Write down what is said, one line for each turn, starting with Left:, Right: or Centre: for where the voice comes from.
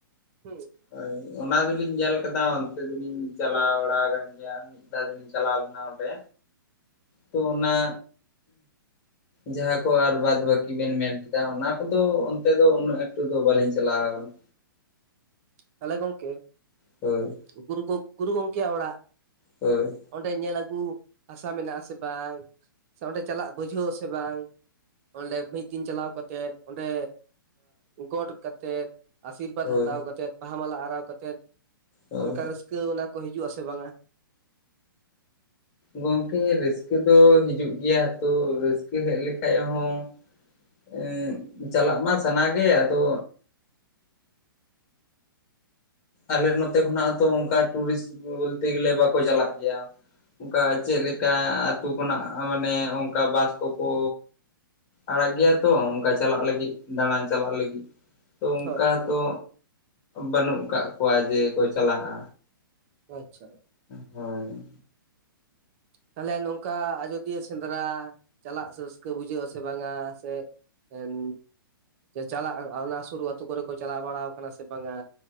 Right: ᱦᱩᱸ᱾
Left: ᱦᱳᱭ ᱚᱱᱟ ᱫᱚᱞᱤᱧ ᱧᱮᱞ ᱟᱠᱟᱫᱟ ᱚᱱᱛᱮ ᱫᱚᱞᱤᱧ ᱪᱟᱞᱟᱣ ᱵᱟᱲᱟ ᱟᱠᱟᱱ ᱜᱮᱭᱟ᱾ ᱢᱤᱫ ᱫᱷᱟ ᱫᱚ ᱞᱤᱧ ᱪᱟᱞᱟᱣ ᱞᱮᱱᱟ ᱚᱸᱰᱮ, ᱛᱚ ᱚᱱᱟ ᱡᱟᱦᱟᱸ ᱠᱚ ᱟᱨ ᱵᱟᱫᱽ ᱵᱟᱹᱠᱤ ᱵᱮᱱ ᱢᱮᱱ ᱠᱮᱫᱟ, ᱚᱱᱟ ᱠᱚᱫᱚ ᱚᱱᱛᱮ ᱫᱚ ᱩᱱᱟᱹᱜ ᱮᱠᱴᱩ ᱫᱚ ᱵᱟᱞᱤᱧ ᱪᱟᱞᱟᱣ ᱠᱟᱱᱟ᱾
Right: ᱛᱟᱦᱚᱞᱮ ᱜᱚᱝᱠᱮ
Left: ᱦᱳᱭ,
Right: ᱩᱠᱩᱨ ᱜᱚ ᱜᱩᱨᱩ ᱜᱚᱝᱠᱮᱭᱟᱜ ᱚᱲᱟᱜ᱾
Left: ᱦᱳᱭ,
Right: ᱚᱸᱰᱮ ᱧᱮᱞ ᱟᱹᱜᱩ, ᱦᱟᱥᱟ ᱢᱮᱱᱟᱜ ᱟᱥᱮ ᱵᱟᱝ, ᱥᱮ ᱚᱸᱰᱮ ᱪᱟᱞᱟᱜ ᱵᱩᱡᱷᱟᱹᱣ ᱟᱥᱮ ᱵᱟᱝ? ᱚᱸᱰᱮ ᱢᱤᱫ ᱫᱤᱱ ᱪᱟᱞᱟᱣ ᱠᱟᱛᱮᱜ, ᱚᱸᱰᱮ ᱜᱚᱴ ᱠᱟᱛᱮᱜ ᱟᱥᱤᱨᱵᱟᱫᱽ
Left: ᱦᱳᱭ
Right: ᱦᱟᱛᱟᱣ ᱠᱟᱛᱮᱫ, ᱵᱟᱦᱟ ᱢᱟᱞᱟ ᱟᱨᱟᱣ ᱠᱟᱛᱮᱫ,
Left: ᱦᱳᱭ
Right: ᱚᱱᱠᱟ ᱨᱟᱹᱥᱠᱟᱹ ᱠᱟᱹᱣ ᱚᱱᱟ ᱠᱚ ᱦᱤᱡᱩᱜᱼᱟ ᱥᱮ ᱵᱟᱝᱟ᱾
Left: ᱜᱚᱝᱠᱮ ᱨᱟᱹᱥᱠᱟᱹ ᱫᱚ ᱦᱤᱡᱩᱜ ᱜᱮᱭᱟ, ᱛᱚ ᱨᱟᱹᱥᱠᱟᱹ ᱦᱮᱡ ᱞᱮᱠᱷᱟᱡ ᱦᱚᱸ ᱮᱜ ᱪᱟᱞᱟᱜ ᱢᱟ ᱥᱟᱱᱟ ᱜᱮ, ᱟᱫᱚ ᱟᱞᱮ ᱱᱚᱛᱮ ᱠᱷᱚᱱᱟᱜ ᱛᱚ ᱚᱱᱠᱟ, ᱴᱩᱨᱤᱥᱴ ᱵᱚᱞᱛᱮ ᱜᱮᱞᱮ ᱵᱟᱠᱚ ᱪᱟᱞᱟᱜ ᱜᱮᱭᱟ, ᱚᱱᱠᱟ
Right: ᱟᱪᱪᱷᱟ
Left: ᱪᱮᱞᱮ ᱠᱟ ᱟᱹᱛᱩ ᱠᱷᱚᱱᱟᱜ ᱢᱟᱱᱮ, ᱚᱱᱠᱟ ᱵᱟᱥ ᱠᱚᱠᱚ ᱟᱲᱟᱜ ᱜᱮᱭᱟ ᱛᱚ ᱚᱱᱠᱟ ᱪᱟᱞᱟᱜ ᱞᱟᱹᱜᱤᱫ, ᱫᱟᱬᱟᱱ ᱪᱟᱞᱟᱜ ᱞᱟᱹᱜᱤᱫ᱾ ᱛᱚ ᱚᱝᱠᱟ
Right: ᱦᱳᱭ
Left: ᱛᱚ, ᱵᱟᱹᱱᱩᱜ ᱠᱟᱜ ᱠᱚᱣᱟ ᱡᱮ ᱠᱚ ᱪᱟᱞᱟᱜᱼᱟ᱾
Right: ᱟᱪᱪᱷᱟ᱾
Left: ᱦᱳᱭ
Right: ᱛᱟᱦᱚᱞᱮ ᱱᱚᱝᱠᱟ ᱟᱡᱫᱤᱭᱟᱹ ᱥᱮᱸᱫᱽᱨᱟ, ᱪᱟᱞᱟᱜ ᱨᱟᱹᱥᱠᱟᱹ ᱵᱩᱡᱷᱟᱹᱜ ᱟᱥᱮ ᱵᱟᱝᱟ, ᱥᱮ ᱮᱢ ᱪᱟᱞᱟᱜ ᱚᱱᱟ ᱥᱩᱨᱩ ᱟᱹᱛᱩ ᱠᱚᱨᱮ ᱠᱚ, ᱪᱟᱞᱟᱣ ᱵᱟᱲᱟ ᱠᱟᱱᱟ ᱥᱮ ᱵᱟᱝᱟ?